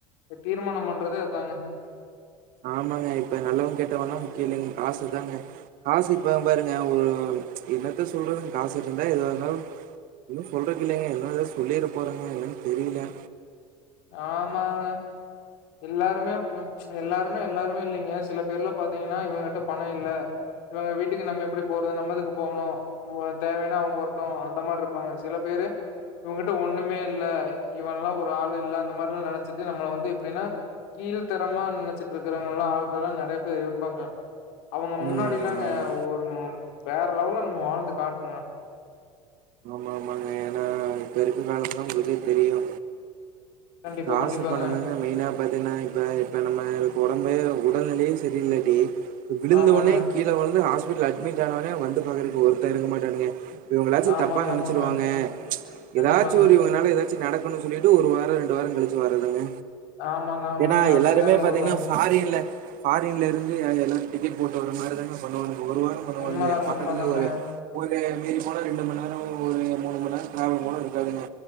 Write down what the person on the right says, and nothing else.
ஆமாங்க இப்ப நல்லவ கெட்டவன்ல்லா முக்கிய இல்லைங்க காசுதாங்க காசு இப்பவுபாருங்க ஒரு என்னத்த சொல்றதுங்க காசு வச்சிருந்தா எதுவா இருந்தாலு ஒன்னு சொல்றக்கு இல்லைங்க என்ன ஏதாவது சொல்லிற போறங்க என்னன்னு தெரில
ம் ஆமா
ஆமா ஆமாங்க ஏனா இப்ப இருக்க காலம்லா உங்ளுக்கே தெரியு
காசு
பணோதாங்க மெயினா பாத்திங்ன்னா இப்ப இப்ப நம்மள்க்கு ஒடம்பே உடல்நிலையே சரியில்லடி விழுந்தவனே
கீழ விழுந்து ஹாஸ்பிட்டல் அட்மிட் ஆனவனே வந்து பாக்றக்கு ஒருத்த இருக்க மாட்டானுங்க இவங்களாச்சு
தப்பா நெனைச்சிருவாங்க
எதாச்சு ஒரு னால எதாச்சு நடக்குனு சொல்லிட்டு ஒரு வாரோ ரெண்டு வாரோ கழிச்சு வர்றதுங்க
ஏனா
எல்லாருமே பாத்திங்கன்னா
ஃபாரின்ல ஃபாரின்ல இருந்து எல்லாரு டிக்கெட் போட்டு வர மாரி தாங்க பண்ணுவாங்க ஒரு வாரோ ஒன்னோடது
பக்கத்துலே
ஒரு ஒரு மீறி போனா ரெண்டு மண் நேரோ ஒரு மூணு மண் நேரோ ட்ராவல் போன இருக்காதுங்க